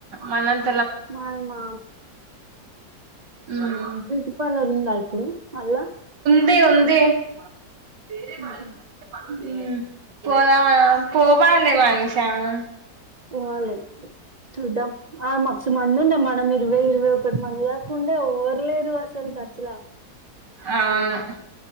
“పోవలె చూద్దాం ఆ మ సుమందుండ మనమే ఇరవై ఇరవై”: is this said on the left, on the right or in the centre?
Right